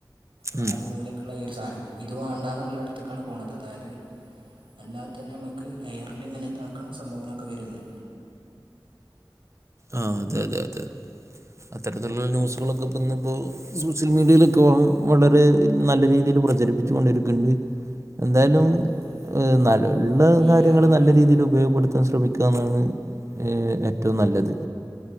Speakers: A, on the right (about 90°); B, on the right (about 35°).
A: നാല്
B: ഉം
A: മൂലക്ക്ള്ള ഈ ഒരു സാദനം ഇത് വേണ്ട എന്നുള്ളദോത്തെക്കാണ് പോണത് അതായത് അല്ലാതെതിനേ നമ്മക്ക് എയർലിങ്ങനെ ഇതാക്കണം സംഭവങ്ങളൊക്കെ വെരുഇന്ന്
B: ആഹ് അതെ അതെ അതെ അത്തരത്തിലുള്ള ന്യൂസുകളൊക്കെപ്പം ഇന്ന്പ്പോൾ സോഷ്യൽ മീഡിയിൽ ഇപ്പോ വളരെ നല്ല രീതിയിലു പ്രചരിപ്പിച്ചു കൊണ്ടിരിക്ക്ണ്ട് എന്തായാലും
A: അതായത്
B: ഏഹ്
A: ഇപ്പോൾ
B: നല്ല
A: വി
B: കാര്യങ്ങള്
A: ആർ ഒക്കെ
B: നല്ല
A: ഉണ്ടല്ലോ
B: രീതിയിൽ ഉപയോഗപ്പെടുത്തുക എത്താൻ ശ്രമിക്കാന്നാണ് ഏഹ് ഏറ്റവും നല്ലത്